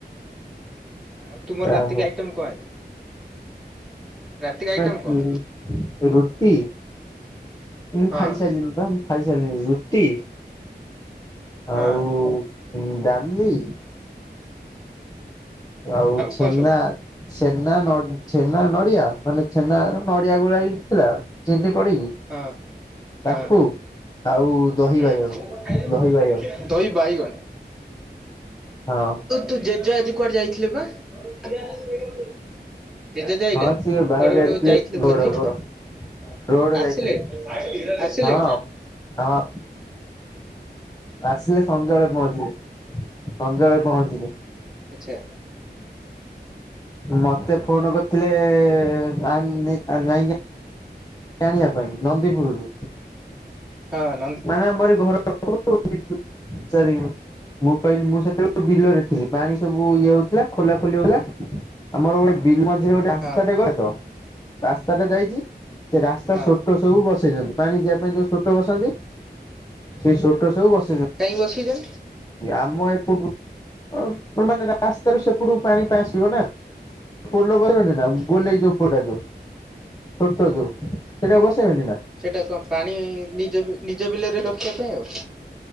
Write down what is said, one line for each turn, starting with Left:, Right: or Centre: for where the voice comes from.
Centre: ଆଉ ତୁମର
Left: ଯ଼ାଆ
Centre: ରାତିକି
Left: ହୋଉ।
Centre: ଆଇଟମ କଣ ଆଜି ରାତିକି ଆଇଟମ
Left: <unintelligible>
Centre: କଣ
Left: ରୁଟି। ମୁଁ
Centre: ହଁ
Left: ଖାଇସାରିଲିଣି ପା ମୁଁ ଖାଇସାରିଲିଣି। ରୁଟି
Centre: ହଁ।
Left: ଆଉ ଡ଼ାଲି। ଆଉ ଛେନା।
Centre: କଣ ସବୁ
Left: ଛେନା ନ ଛେନା ନଡିଆ ମାନେ ଛେନାରେ ନଡିଆ ଗୋଳା ହେଇକିଥିଲା। ଚିିନି ପଡିିକି।
Centre: ହଁ। ହଁ
Left: ତାକୁ ଆଉ ଦହି
Centre: ହୁଁ
Left: ବାଇଗଣ, ଦହି ବାଇଗଣ।
Centre: ଦହି ବାଇଗଣ।
Left: ହଁ।
Centre: ତୋ ଜେଜ ଆଜି କୁଆଡେ ଯାଇଥିଲେ ପା। ଜେଜେ ଯାଇନାହାନ୍ତି।
Left: ହଁ ସିଏ ବାହାଘରିଆ
Centre: କୁଆଡ଼େ ଗୋଟେ ବା ଯାଇଥିଲେ
Left: ରୋଡ
Centre: ଭୋଜି।
Left: ରୋଡ ରୋଡ
Centre: ଆସିଲେ,
Left: ଯାଇଥିଲେ
Centre: ଆସିଲେ?
Left: ହଁ ହଁ ଆସିଲେ ସନ୍ଧ୍ୟାବେଳେ ପହଞ୍ଚିଲେ, ସନ୍ଧ୍ୟାବେଳେ ପହଞ୍ଚିଲେ।
Centre: ଆଚ୍ଛା।
Left: ମତେ ଫୋନ କରିଥିଲେ ଆ ନେଇ ଆ ନେଇ ଯା ଆଣିବା ପାଇଁ ନନ୍ଦିପୁରୁରୁ
Centre: ଫ୍ୟାନ
Left: ମାନେ ଆମରି ଏଇ ଘର ପାଖରୁ ଚାରି କିଲୋ ମୁଁ କହିଲି ମୁଁ ସେତେବେଳୁ ବିଲରେ ଥିଲି ପାଣି ସବୁ ଇଏ ହଉଥିଲା ଖୋଲା ଖୋଲି ହଉଥିଲା ଆମର ଗୋଟେ ବିଲ୍ ମଝିରେ ଗୋଟେ ଆସ୍ତାଟେ
Centre: ହଁ
Left: କରେ ତ ରାସ୍ତାଟା ଯାଇଚି ସେ ରାସ୍ତା
Centre: ହଁ
Left: ଛୋଟ ସବୁ ବସେଇଛନ୍ତି ପାଣି ଯିବା ପାଇଁ ଯୋଉ ସୋଟ ବସନ୍ତି ସେଇ ସୋଟ ସବୁ ବସେଇଛ
Centre: କାଇଁକି ବସେଇଛନ୍ତି
Left: ଆମ ଏପଟୁ ଅ ମାନେ ରାସ୍ତାରୁ ସେପଟୁ ପାଣିଟା ଆସିବ ନା ପୋଲ କହିବେନି ନା ଗୋଲେଇ
Centre: ହୁଁ।
Left: ଯୋଉ ଉପରଟା ଯୋଉ ଛୋଟ ଯୋଉ ସେଟା ବସେଇବେନି ନା
Centre: ସେଟା କଣ ପାଣି ନିଜ ବିଲ ନିଜ ବିଲରେ ରଖିବା ପାଇଁ ଆଉ